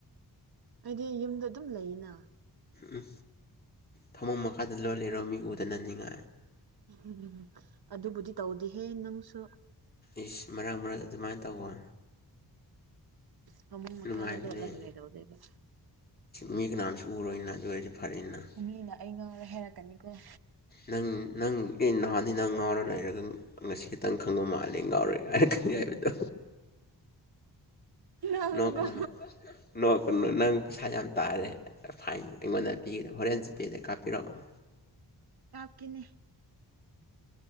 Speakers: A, on the right; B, on the left.
A: ꯑꯩꯗꯤ ꯌꯨꯝꯗ ꯑꯗꯨꯝ ꯂꯩꯅ
B: ꯎꯝ ꯐꯃꯨꯡ ꯃꯈꯥꯗ ꯂꯣꯠꯂꯩꯔꯣ ꯃꯤ ꯎꯗꯅꯅꯤꯡꯉꯥꯏ
A: ꯎ ꯎꯝ ꯎꯝ ꯑꯗꯨꯕꯨꯗꯤ ꯇꯧꯗꯤꯍꯦ ꯅꯪꯁꯨ
B: ꯏꯁ ꯃꯔꯛ ꯃꯔꯛ ꯑꯗꯨꯃꯥꯏꯅ ꯇꯧꯕ
A: ꯐꯃꯨꯡ ꯃꯈꯥꯗ
B: ꯅꯨꯡꯉꯥꯏꯕꯅꯦ
A: ꯂꯣꯠꯂꯒ ꯀꯩꯗꯧꯗꯣꯏꯕ
B: ꯃꯤ ꯀꯅꯥꯝꯁꯨ ꯎꯔꯣꯏꯅ ꯑꯗꯨ ꯑꯣꯏꯔꯗꯤ ꯐꯔꯦꯅꯥ
A: ꯃꯤꯅ ꯑꯩ ꯉꯥꯎꯔꯦ ꯍꯥꯏꯔꯛꯀꯅꯤꯀꯣ
B: ꯅꯪ ꯅꯪ ꯑꯦ ꯅꯍꯥꯟꯗꯩ ꯅꯪ ꯉꯥꯎꯔ ꯂꯩꯔꯒ ꯉꯁꯤ ꯈꯇꯪ ꯈꯪꯕ ꯃꯥꯜꯂꯦ ꯑꯩ ꯉꯥꯎꯔꯦ ꯍꯥꯏꯔꯛꯀꯅꯤ ꯍꯥꯏꯕꯗꯣ
A: ꯅꯪꯀꯣ
B: ꯅꯛꯀꯅꯨ ꯅꯣꯛꯀꯅꯨ ꯅꯪ ꯄꯩꯁꯥ ꯌꯥꯝ ꯇꯥꯔꯦ ꯐꯥꯏꯟ ꯑꯩꯉꯣꯟꯗ ꯄꯤꯒꯗꯕ ꯍꯣꯔꯦꯟ ꯄꯦꯗ ꯀꯥꯞꯄꯤꯔꯛꯑꯣ
A: ꯀꯥꯞꯀꯦꯅꯦ